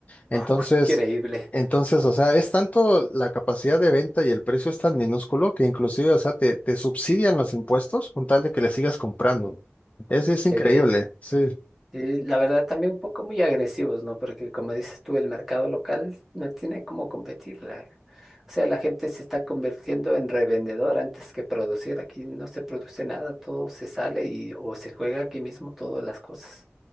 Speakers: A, on the left; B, in the centre.
A: Entonces,
B: Oh, increíble.
A: entonces, o sea, es tanto la capacidad de venta y el precio es tan minúsculo que inclusive, o sea, te, te subsidian los impuestos con tal de que le sigas comprando. Es, es
B: Que,
A: increíble, sí.
B: eh, la verdad también un poco muy agresivos, ¿no? Porque como dices tú, el mercado local no tiene cómo competir. la- O sea, la gente se está convirtiendo en revendedor antes que producir. Aquí no se produce nada, todo se sale y o se juega aquí mismo todas las cosas.